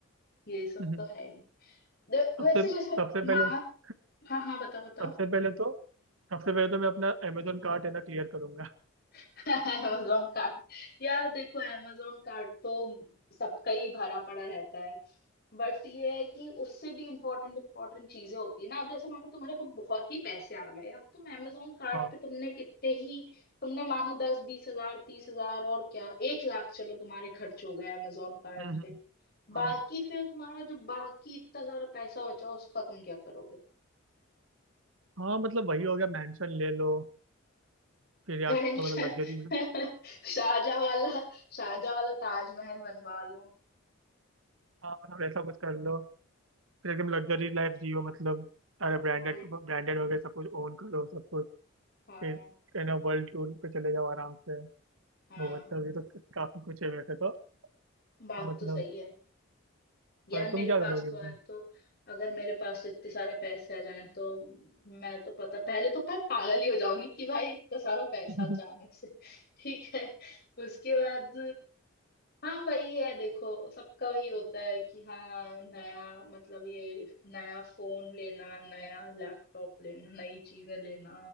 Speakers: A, on the left; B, on the right.
A: ये सब
B: हम्म।
A: तो है ही दे-
B: सबसे
A: वैसे जैसे
B: सबसे पहले
A: माँ
B: <laughs>
A: हाँ हाँ बताओ बताओ
B: सबसे पहले तो सबसे पहले तो मैं अपना अमेजोन कार्ट है ना क्लियर करूंगा
A: <laughs> Amazon card यार देखो अमेजोन कार्ड तो सबका ही भरा पड़ा रहता बट ये है कि उससे भी इम्पोर्टेंट इम्पोर्टेंट चीजें होती है ना अब जैसे मानो तुम्हारे पास बहुत ही पैसे आ गए अब तुम amazon कार्ट
B: हाँ
A: पे तुमने कितने ही तुमने मानो दस बीस हजार तीस हजार और क्या एक लाख चलो तुम्हारे खर्च हो गए amazon कार्ट
B: हम्म,
A: पे
B: हाँ
A: बाकी फिर तुम्हारा जो बाकी इतना सारा पैसा बचा उसका तुम क्या करोगे
B: हाँ मतलब वही हो गया मेंशन ले लो फिर या
A: मैं
B: तो
A: <laughs>
B: मतलब लग्जरी में
A: शाहजहाँ वाला शाहजहाँ वाला ताजमहल बनवा लो
B: हाँ मतलब ऐसा कुछ कर लो फिर एकदम लग्जरी लाइफ जियो मतलब सारे ब्रांडेड
A: वही
B: ब्रांडेड वगैरह सब कुछ ओन करो सब कुछ
A: हाँ
B: फिर है ना वर्ल्ड टूर पे चले जाओ आराम से तो
A: हाँ
B: मतलब ये तो काफी कुछ है वैसे तो,
A: बात
B: तो मतलब
A: तो सही है यार
B: और
A: मेरे
B: तुम क्या
A: पास
B: करोगे
A: तो
B: उसमें
A: आए तो अगर मेरे पास तो इतने सारे पैसे आ जाएं तो मैं तो पता पहले तो मैं पागल ही हो जाऊंगी कि भाई इतना सारा पैसा
B: <laughs>
A: अचानक से <laughs> ठीक है उसके बाद हाँ वही है देखो सबका वही होता है कि हाँ नया मतलब ये नया फोन लेना नया लैपटॉप लेना नई चीजें लेना